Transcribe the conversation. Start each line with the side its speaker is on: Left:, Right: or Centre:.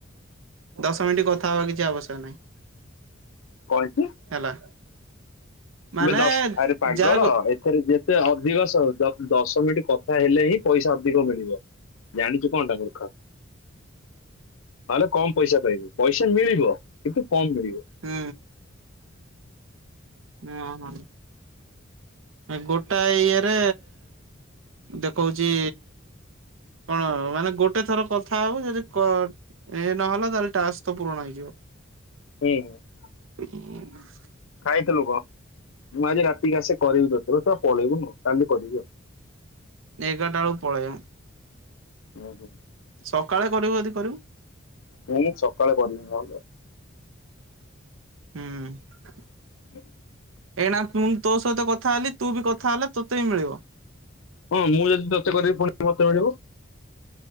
Right: ଦଶ ମିଣ୍ଟି କଥା ହବା କିଛି ଆବଶ୍ୟକ ନାହିଁ।
Left: କହିଛି
Right: ହେଲା। ମାନେ
Left: ତମେ ଦଶ୍ ଆରେ ପାଗଳ
Right: ଯାହା ଗୋ
Left: ଏଥେରେ ଯେତେ ଅଧିକ ସ <unintelligible> ଦଶ ମିଣ୍ଟି କଥା ହେଲେ ହିଁ ପଇସା ଅଧିକ ମିଳିବ। ଜାଣିଚୁ କଣଟା ମୂର୍ଖ। ନହେଲେ କମ୍ ପଇସା ପାଇବୁ। ପଇସା ମିଳିବ କିନ୍ତୁ କମ୍ ମିଳିବ।
Right: ହୁଁ। ଓ ହଁ। ଗୋଟାଏ ଇଏରେ ଦେଖଉଚି କଣ ମାନେ ଗୋଟେ ଥର କଥା ହବୁ ଯଦି କ ଇଏ ନହେଲା ତାହେଲେ ଟାସ୍କ ତ ପୂରଣ ହେଇଯିବ।
Left: ହୁଁ ହୁଁ।
Right: <inaudible>
Left: ଖାଇଥିଲୁ କଣ? ମୁଁ ଆଜି ରାତିିକି ଆସେ କରିବି ତତେ ତୁ ତ ପଳେଇବୁନୁ କାଲି କରିବି ଆଉ।
Right: ଏଗାରଟା ବେଳୁକୁ ପଳେଇବା।
Left: <unintelligible>
Right: ସକାଳେ କରିବ ଯଦି କରିବୁ।
Left: ମୁଁ ସକାଳେ କରିବି ନହେଲେ
Right: ହୁଁ।
Left: <inaudible>
Right: ଏଇନା ପୁଣି ତୋ ସହିତ କଥା ହେଲି ତୁ ବି କଥା ହେଲେ ତୋତେ ବି ମିଳିବ।
Left: ହଁ ମୁଁ ଯଦି ତତେ କରିବି ପୁଣି ମତେ ମିଳିବ।